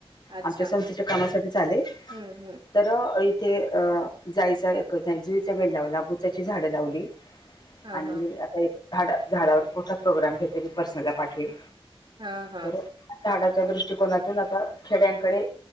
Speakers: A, on the right (about 50°); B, on the left (about 45°).
A: अच्छा
B: आमच्या संस्थेच्या कामासाठीच आले.
A: हम्म हम्म
B: तर इथे अ जायच, जुईचा बेल लावला, बुचाची झाडं लावली.
A: हा
B: आणि
A: हा
B: आता एक झाड, झाडावर मोठा प्रोग्राम घेते, मी पर्सनला पाठवेल.
A: हा हा
B: तर, झाडाच्या दृष्टिकोनातून आता खेड्यांकडे